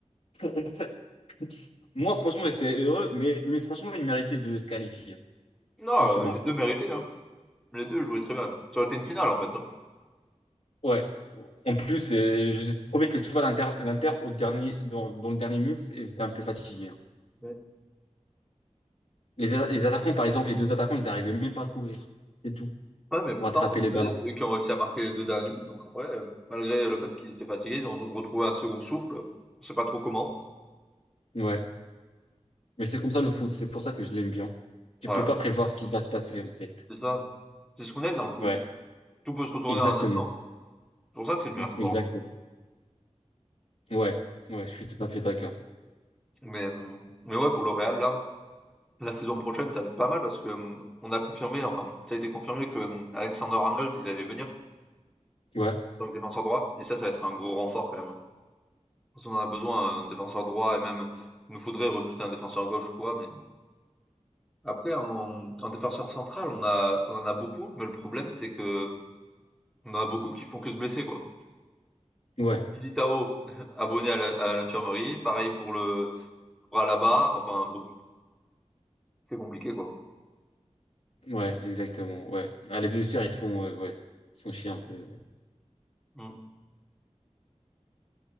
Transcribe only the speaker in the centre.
Non,
euh, les deux méritaient, hein. Les deux jouaient très bien. Ça aurait été une finale, en fait, hein.
Ouais.
Ouais, mais pourtant,
ouais, c'est eux qui ont réussi à marquer les deux derniers buts. Donc, en vrai, euh, malgré le fait qu'ils étaient fatigués, ils ont retrouvé un second souffle. On sait pas trop comment.
Ouais,
c'est ça. C'est ce qu'on aime dans le foot.
Tout peut se retourner
en un instant. C'est pour ça que c'est le meilleur sport.
Mais, euh, mais ouais, pour le Real, là, La saison prochaine, ça va être pas mal parce que, hem, on a confirmé, enfin, ça a été confirmé que, hem, Alexander-Arnold, il allait venir
en tant que défenseur droit et ça, ça va être un gros renfort quand même, hein. Parce qu'on en a besoin, un défenseur droit et même il nous faudrait recruter un défenseur gauche ou quoi, mais après en en défenseur central, on a on en a beaucoup, mais le problème, c'est que on en a beaucoup qui font que se blesser, quoi.
Militao, <laughs> abonné à l'in à l'infirmerie, pareil pour le pour Alaba, enfin bon, c'est compliqué, quoi.
Mmh.